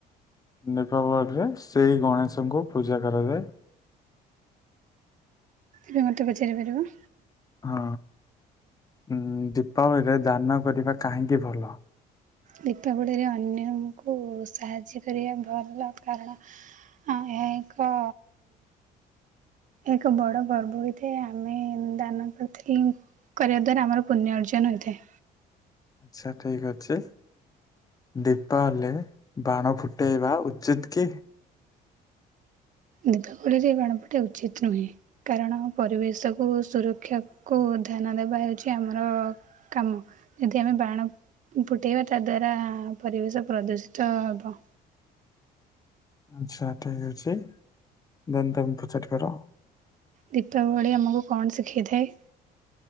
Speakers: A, on the left; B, on the right.
A: ଦୀପାବଳି ରେ ଶ୍ରୀ ଗଣେଶଙ୍କୁ ପୂଜା କରାଯାଏ।
B: ଏବେ ମୋତେ ପଚାରିପାରିବ।
A: ହଁ। ଉଁ ଦୀପାବଳିରେ ଦାନ କରିବା କାହିଁକି ଭଲ?
B: ଦୀପାବଳିରେ ଅନ୍ୟଙ୍କୁ ସାହାଯ୍ୟ କରିବା ଭଲ। କାରଣ ଏହା ଏକ ଏକ ବଡ଼ ପର୍ବ ହୋଇଥାଏ। ଆମେ ଦାନ କରିଥିଲି କରିବା ଦ୍ୱାରା ଆମର ପୁଣ୍ୟ ଅର୍ଜନ ହୋଇଥାଏ।
A: ସେ ଠିକ୍ ଅଛି। ଦୀପାବଳି ରେ ବାଣ ଫୁଟେଇବା ଉଚିତ କି?
B: ଦୀପାବଳିରେ ବାଣ ଫୁଟେଇବା ଉଚିତ ନୁହେଁ। କାରଣ ପରିବେଶକୁ ସୁରକ୍ଷାକୁ ଧ୍ୟାନ ଦେବା ହେଉଛି ଆମର କାମ, ଯଦି ଆମେ ବାଣ ଫୁଟେଇବା ତା ଦ୍ୱାରା ପରିବେଶ ପ୍ରଦୂଷିତ ହେବ।
A: ଆଚ୍ଛା ଠିକ୍ ଅଛି। ଦେନ୍ ତମେ ପଚାରିପାର।
B: ଦୀପାବଳି ଆମକୁ କଣ ଶିଖାଇଥାଏ?